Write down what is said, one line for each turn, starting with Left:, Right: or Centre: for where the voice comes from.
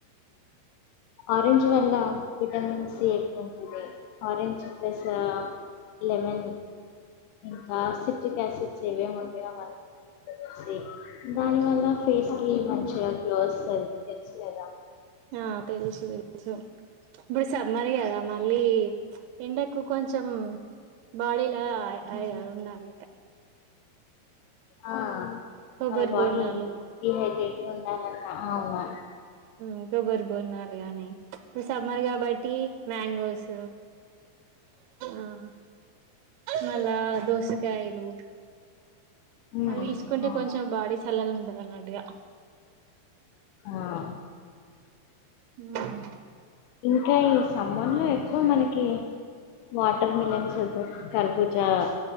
Left: ఆరెంజ్ వల్ల విటమిన్ సి ఎక్కువ ఉంటుంది ఆరెంజ్ ప్లస్ ఆహ్. లెమన్ ఇంకా సిట్రిక్ ఆసిడ్స్ ఏమేమి ఉంటాయో అవి అన్ని. దాని వల్ల ఫేస్ కి మంచిగా గ్లో వస్తది తెలుసు కదా.
Right: ఆహ్ తెలుసు తెలుసు ఇప్పుడు సమ్మరే కదా మళ్ళీ ఎండకు కొంచె కొంచెం ఉమ్ బాడీలా ఉండాలిక.
Left: ఆహ్
Right: కొబ్బరి
Left: మన బాడీ
Right: బోండాలు
Left: డిహైడ్రేట్ గా ఉండాలన్నా. అవునా.
Right: ఇంకొకరు బోరినా గాని. ఇప్పుడు సమ్మర్ కాబట్టి మ్యాంగోస్. ఆహ్ మళ్ళా దోసకాయలు.
Left: ఉమ్,
Right: అవి తీసుకుంటే
Left: అవును
Right: కొంచెం బాడీ చల్లగా ఉంటది అన్నట్టుగా.
Left: ఆహ్.
Right: ఉమ్.
Left: ఇంకా ఈ సమ్మర్ లో ఎక్కువ మనకి వాటర్ మిలన్స్ కరు కర్బూజా. చా